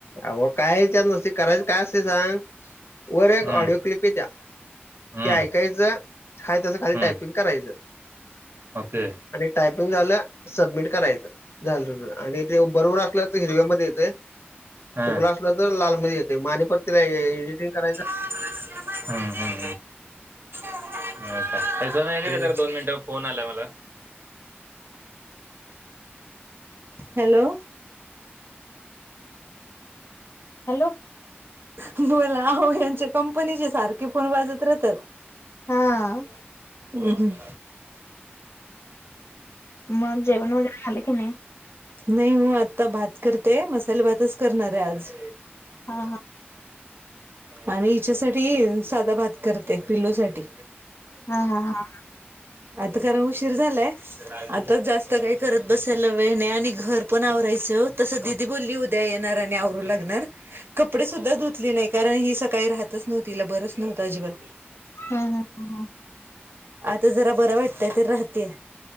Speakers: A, on the left (about 80°); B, on the right (about 60°).
A: अहो काय हच्यात नसती करायच काय असते सांग वर एक
B: हम्म
A: ऑडिओ क्लिप येत्या
B: हम्म
A: ते ऐकायचं हाये तसं खाली
B: हम्म
A: टायपिंग करायचं.
B: ओके.
A: आणि टायपिंग झालं सबमिट करायचं झालं तु आणि ते बरोबर असलं तर हिरव्यामध्ये येतेय.
B: हां
A: चुकला असलं तर लाल मध्ये येते म आणि परत तिला एडिटिंग करायच.
B: हम्म-हम्म हो का ये सोन्या इकडं
A: हम्म.
B: ये जरा दोन मिनिटं. फोन आला मला. हॅलो.
A: हॅलो.
B: बोला आहो यांच्या कंपनीचे सारखे फोन वाजत राहतात.
A: हा
B: हम्म-हम्म.
A: मग जेवन वगैरे झालं की नाही?
B: नाही म आता भात करते मसाले भातच करणार आहे आज.
A: हा हा
B: आणि हिच्यासाठी साधा भात करते पिल्लू साठी.
A: हा-हा-हा
B: आता कारण उशीर झालाय आताच जास्त काही करत बसायला वेळ नाही आणि घर पण आवरायचं ओ तसं दिदी बोलली उद्या येणार आणि आवरू लागणार. कपडे सुद्धा धुतली नाही कारण ही सकाळी राहतच नव्हती हिला बरंच नव्हत अजिबात.
A: हा-हा ह-ह
B: आता जरा बरं वाटतंय तर राहत्या.